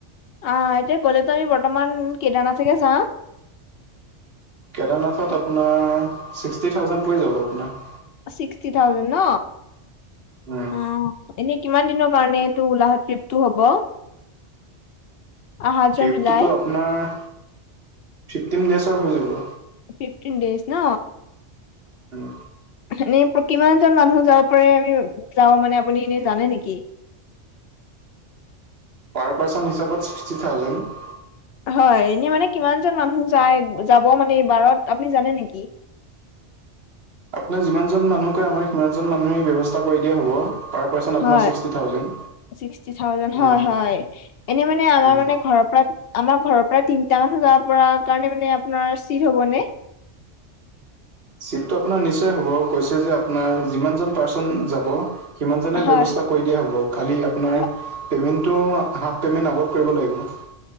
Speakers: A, on the left; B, on the right.
A: আহ এতিয়া ক'লেতো আমি বৰ্তমান কেদৰনাথ যাম।
B: কেদাৰনাথত আপোনাৰ ছিক্সটি থাউজেণ্ড পৰি যাব আপোনাৰ।
A: ছিক্সটি থাউজেণ্ড ন,
B: উম,
A: অহ এনেই কিমান - দিনৰ কাৰণ এইটো উলাঘ টিপটো হ'ব? আহা যোৱা
B: ট্ৰিপটোতো
A: মিলাই
B: আপোনাৰ, ফিফটিন ডেজৰ হৈ যাব।
A: ফিফটিন ডেইজ ন।
B: উম।
A: এনেই কিমানজন মানুহ যাব পাৰে আমি যাওঁ মানে আপুনি এনে জানে নেকি?
B: পাৰ পাৰ্চন হিচাপত ছিক্সটি থাউজেণ্ড।
A: হয় এনেই মানে কিমান জন মানুহ যায় যাব মানে এইবাৰত আপুনি জানে নেকি?
B: আপোনাক যিমানজন মানুহ কয় আমাৰ সিমানজন মানুহে ব্যৱস্থা কৰি দিয়া হ'ব। পাৰ পাৰ্চন আপোনাৰ
A: হয়,
B: ছিক্সটি থাউজেণ্ড।
A: ছিক্সটি থাউজেণ্ড
B: উম,
A: হয় হয় এনে মানে আমাৰ
B: উম।
A: মানে ঘৰৰ পৰা- আমাৰ ঘৰৰ পৰা তিনিটা মানুহ জাব পৰা কাৰণে মানে আপোনাৰ চিট হব নে?
B: চিটটো আপোনাৰ নিশ্চয় হ'ব কৈছে যে আপোনাৰ যিমানজন পাৰ্চন যাব সিমান জনে
A: হয়,
B: ব্যয়ৱস্থা- কৰি দিয়া হ'ব খালি আপোনাৰ
A: হয়,
B: পে'মেণ্টটো হাফ পে'মেণ্ট আগত কৰিব লাগিব।